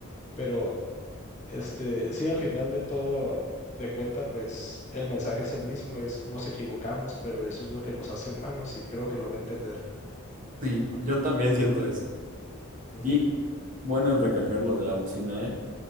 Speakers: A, on the left (about 35°); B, on the right (about 40°).
A: pero este, sí, al final de todo, de cuenta, pues el mensaje es el mismo, es nos equivocamos, pero eso es lo que nos hace humanos y creo que lo va a entender.
B: Sí, yo también siento eso.
A: Ujú,
B: Y bueno, en recalcar lo de la bocina, ¿eh?